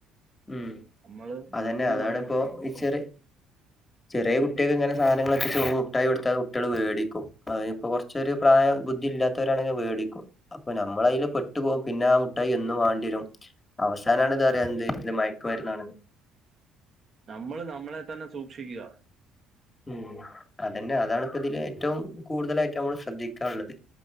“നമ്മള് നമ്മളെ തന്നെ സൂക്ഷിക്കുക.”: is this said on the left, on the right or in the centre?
Right